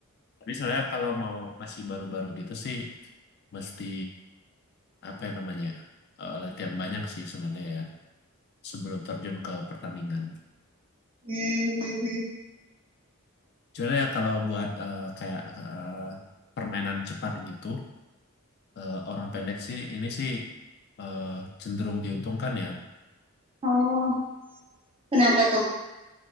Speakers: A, on the left; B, on the right.
A: Tapi sebenarnya kalau mau masih baru-baru gitu sih mesti apa ya namanya eh, latihan banyak sih sebenarnya ya sebelum terjun ke pertandingan.
B: Hmm. hmm, hmm.
A: Cuma ya kalau buat eh, kayak eh, permainan cepat gitu eh, orang pendek sih ini sih eh, cenderung diuntungkan ya.
B: Oh kenapa tuh?